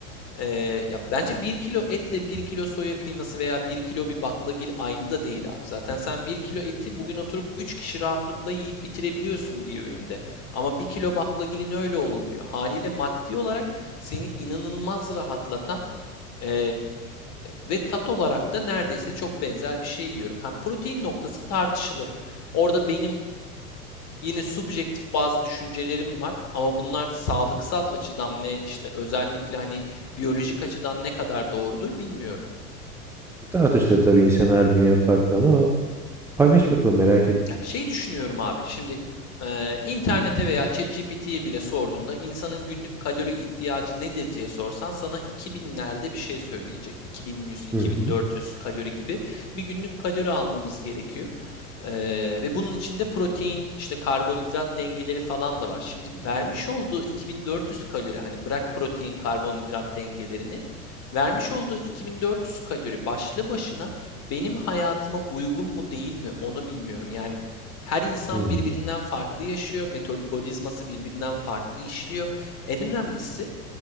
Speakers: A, on the left; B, in the centre.
A: ee, ya bence bir kilo etle bir kilo soya kıyması veya bir kilo bir baklagil aynı da değil abi. Zaten sen bir kilo eti bugün oturup 3 kişi rahatlıkla yiyip bitirebiliyorsun bir öğünde. Ama bir kilo baklagilin öyle olmuyor. Haliyle maddi olarak seni inanılmaz rahatlatan ee, ve tat olarak da neredeyse çok benzer bir şey yiyorum. Ha, protein noktası tartışılır. Orada benim Yine subjektif bazı düşüncelerim var ama bunlar sağlıksal açıdan ve işte özellikle hani biyolojik açıdan ne kadar doğrudur bilmiyorum.
B: E, Tartışılır tabii insan her bünye farklı ama paylaş bakalım merak ettim.
A: Ya şey düşünüyorum abi. Şimdi eee, internete veya ChatGPT'ye bile sorduğunda insanın günlük kalori ihtiyacı nedir diye sorsan sana 2000'lerde bir şey söyleyecek. 2100, 2400
B: Hı hı.
A: kalori gibi bir günlük kalori almamız gerekiyor. Eee, ve bunun içinde protein, işte karbonhidrat dengeleri falan da var. Şimdi vermiş olduğu 2400 kalori hani bırak protein, karbonhidrat dengelerini vermiş olduğu 2400 kalori başlı başına benim hayatıma uygun mu değil mi onu bilmiyorum. Yani her insan
B: Hmm.
A: birbirinden farklı yaşıyor, metabolizması birbirinden farklı işliyor. En önemlisi